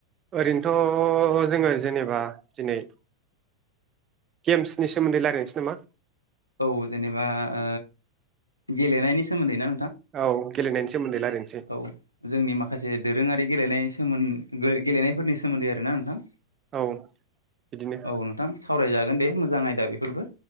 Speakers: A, on the right; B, on the left.
A: ओरैनोथ' जोङो जेनेबा दिनै गेम्सनि सोमोन्दै रायज्लायनोसै नामा
B: औ जेनेबा ओ गेलेनायनि सोमोन्दै ना
A: औ गेलेनायनि सोमोन्दै रायज्लायनोसै
B: औ जोंनि माखासे दोरोङारि गेलेनाय सोमोन गेलेनायफोरनि सोमोन्दै आरोना नोंथां
A: औ बिदिनो
B: औ नोंथां सावरायजागोन दे मोजां आयदा बेफोरबो